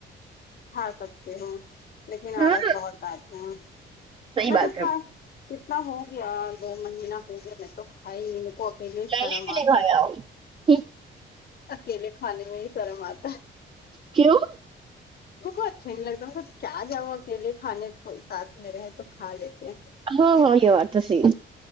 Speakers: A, on the left; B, on the right.
A: کھا سکتے ہو لیکن آلس
B: ہاں
A: بہت آتے ہیں
B: صحیح
A: میں
B: بات
A: تو کھا
B: ہے
A: کتنا ہوگیا دو مہینہ ہو گیا میں تو کھا ہی نہیں م کو اکیلے
B: میں
A: ہی شرم
B: نے بھی نہیں
A: آتا
B: کھایا
A: ہے اکیلے کھانے میں ہی شرم آتی ہے
B: کیوں
A: کو اچھا نہیں لگتا سب کیا جاؤ اکیلے کھانے ساتھ میں رہے تو کھا لیتے
B: ہاں ہاں یہ بات تو صحیح ہے